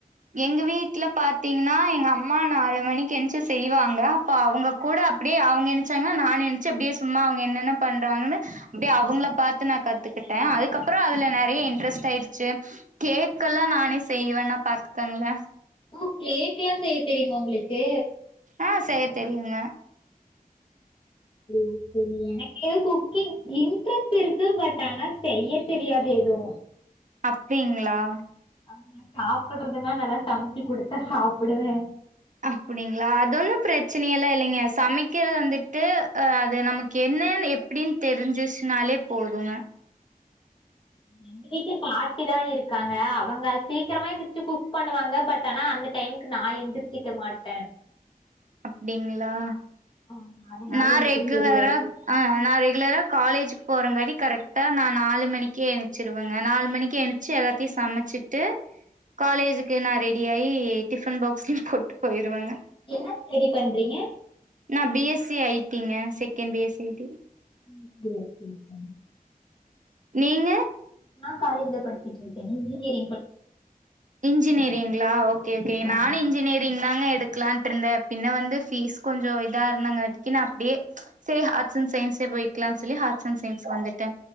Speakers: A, on the right (about 55°); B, on the left (about 35°).
A: எங்க வீட்ல பாத்தீங்னா எங்க அம்மா நாலு மணிக்கு ஏன்ச்சு செய்வாங்க அப்பா அவுங்க கூட அப்டியே அவுங்க எனுச்சாங்னா நானு எனுச்சு அப்டியே சும்மா அவுங்க என்னென்ன பண்றாங்கனு ப்டியே அவுங்கள பாத்து நா கத் பத்துக்கிட்டேன் அதுக்கப்புறம் த்துக்கிட்ட அதுக்கப்றோ அதுல நறைய இன்ட்ரெஸ்ட் ஆயிர்ச்சு கேக்கல்லா நானே செய்வேனா பாத்துக்கங்ளா
B: ஓ கேக்கேல்லா செய்ய தெரியுமா உங்ளுக்கு
A: ஆ செய தெரியுங்க
B: <inaudible> எனக்கே குக்கிங் இன்ட்ரெஸ்ட் இருக்கு பட் ஆனா செய்ய தெரியாது எது
A: அப்டிங்களா
B: ஆமா சாப்புட்றதுனா நல்லா சமச்சு குடுத்தா சாப்புடுவே
A: அப்படிங்ளா அது ஒன்னு ப்ரச்சனயெல்லா இல்லங்க சமக்கிற்து வந்துட்டு அ அது நமக்கு என்னேன் எப் ப்டின் தெரிஞ்சிச்னாலே போதுங்க
B: எங்கு வீட்ல பாட்டி தா இருக்காங்க அவங்க சீக்கரமா எந்துச்சு குக் பண்ணுவாங்க பட் ஆனா அந்த டைம் க்கு நா எந்திர்ச்சிக்க மாட்டே
A: அப்டிங்ளா
B: ஆமா அதனால
A: நா
B: எனக்கு
A: ரெகுலரா
B: தெரியாது
A: ஆ நா ரெகுலரா காலேஜுக் போறங்காரி கரக்ட்டா நா நாலு மணிக்கே எனுச்சிருவேங்க நாலு மணிக்கே எனு ச்சு எல்லாத்தி சமச்சிட்டு காலேஜுக்கு நா ரெடி ஆயி டிஃபன் பாக்ஸ்ல்யு போட்டு போய்ருவங்க
B: என்ன ஸ்டடி பண்றீங்க
A: நா பி எஸ் சி ஐட்டிங்க second B S C I T
B: ம் ப்டி ஓகே கே
A: நீங்க
B: நா காலேஜ்ல படிச்சுட்ரி என்ஜினியரி
A: இன்ஜினியரிங்லா ஓகே கே
B: ம்
A: நானி
B: ஆமா
A: இன்ஜினிர் திங்னாங்க எடுக்லான்ட்ருந்தே பின்ன வந்து ஃபீஸ் கொஞ்சு இதா இருந்தாங்காட்டிக்கி நா அப்டியே சே ஹாட்ஸ் அண் சயின்ஸே போய்க்லா சொல்லி ஹாட்ஸ் அண் சயின்ஸ் வந்துட்ட